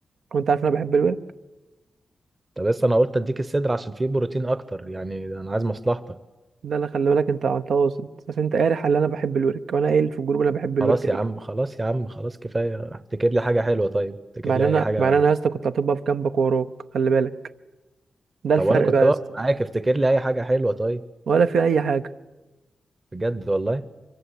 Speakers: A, on the right (about 85°); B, on the right (about 20°).
A: وانت عارف إن انا بحب الورك
B: طب بس انا قلت اديك الصدر عشان فيه بروتين اكتر يعني انا عايز مصلحتك
A: ده اللي خلي بالك انت عملتها وسط عشان انت قارح اللي انا بحب الورك وانا قايل في الجروب انا بحب الورك
B: خلاص يا عم خلاص يا عم خلاص كفايه افتكر لي حاجه حلوه طيب افتكر
A: مع ان
B: لي
A: انا
B: اي حاجه
A: مع ان انا يا اسطى كنت هتبقى في جنبك وراك خلي بالك ده
B: طب
A: الفرق
B: وانا كنت
A: بقى
B: واقف
A: يا اسطى
B: معاك افتكر لي اي حاجه حلوه طيب
A: ولا في اي حاجه
B: بجد والله